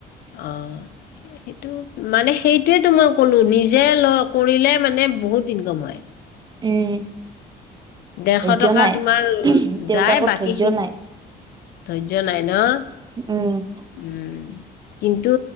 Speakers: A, on the left; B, on the right.
A: অ' সেইটো মানে সেইটোৱেটো মই ক'লো নিজে ল কৰিলে মানে বহুত ইনকম হয়
B: উম
A: দেৰশ
B: ধৈৰ্য্য
A: টকা
B: নাই
A: তোমাৰ
B: দেউতাকৰ
A: যায় বাকী
B: ধৈৰ্য্য
A: খিনি
B: নাই
A: ধৈৰ্য নাই ন
B: উম
A: উম কিন্তু